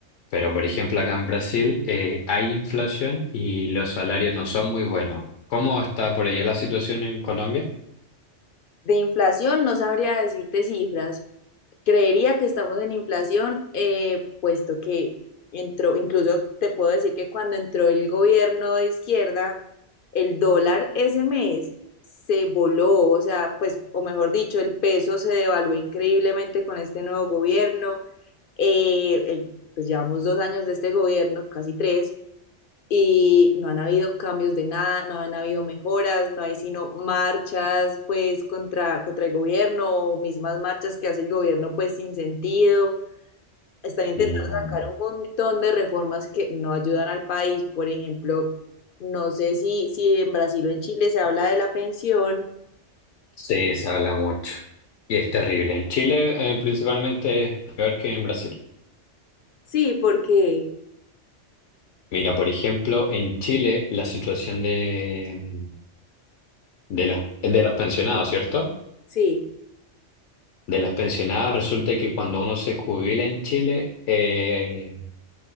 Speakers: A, on the left; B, on the left.
A: Pero, por ejemplo, acá en Brasil eh, hay inflación y los salarios no son muy buenos. ¿Cómo está por allá la situación en Colombia?
B: De inflación no sabría decirte cifras, creería que estamos en inflación, eh, puesto que entró, incluso te puedo decir que cuando entró el gobierno de izquierda, el dólar ese mes se voló, o sea, pues, o mejor dicho, el peso se devaluó increíblemente con este nuevo gobierno. Eh, el- pues llevamos dos años de este gobierno, casi tres, y no han habido cambios de nada, no han habido mejoras, no hay sino marchas pues contra, contra el gobierno o mismas marchas que hace el gobierno pues sin sentido. Están intentando
A: Mm,
B: sacar un montón de reformas que no ayudan al país. Por ejemplo, no sé si, si en Brasil o en Chile se habla de la pensión.
A: sí, se habla mucho y es terrible. En Chile, eh, principalmente, es peor que en Brasil.
B: Sí, porque
A: Mira, por ejemplo, en Chile la situación de, de los, de los pensionados, ¿cierto?
B: sí.
A: De los pensionados resulta que cuando uno se jubila en Chile eh,